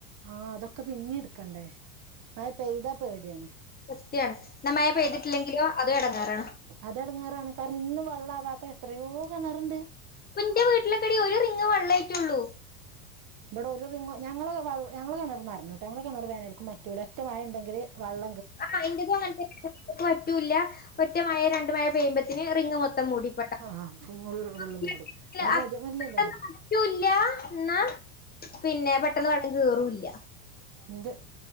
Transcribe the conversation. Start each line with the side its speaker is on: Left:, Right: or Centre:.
Right: ആഹ് അതൊക്കെ പിന്നെ എടുക്കണ്ടേ മയ പെയ്താ പേടിയാണ്
Left: പേടിയാണ് ന മയ പെയ്തിട്ടില്ലെങ്കിലോ അതു ഇടങ്ങേറാണ്
Right: അതെടങ്ങേറാണ് കാരണം ഇന്നും വെള്ളാവാത്ത എത്രയോ കിണറുണ്ട്
Left: ഇന്റെ വീട്ടിലക്കെടി ഒരു റിങ്ങ് വെള്ള ആയിട്ടേള്ളൂ
Right: ഇവിടെ ഒരു റിങ് ഞങ്ങളെ ഞങ്ങളെ കിണർ നിറഞ്ഞു ഞങ്ങൾ കിണർ വേനൽക്കും മറ്റ ഒറ്റ മഴ ഉണ്ടെങ്കിൽ വള്ള
Left: ആഹ് ഇന്റെതുംഅങ്ങനത്തെക്ക് പറ്റൂല്ല ഒറ്റ മഴ രണ്ടു മഴ പെയ്യുമ്പത്തിന് പിന്നെമൊത്തം മൂടിപ്പെട്ട
Right: ആഹ് ഫുൾ ഫുള്ള്
Left: അവസ്ഥ
Right: മൂടും അപ്പൊ
Left: അത്രന്ന
Right: അതല്ലല്ലോ
Left: പറ്റു ലാഎന്നാ പിന്നെ പെട്ടെന്ന് കേറുംല്ല
Right: ന്റത്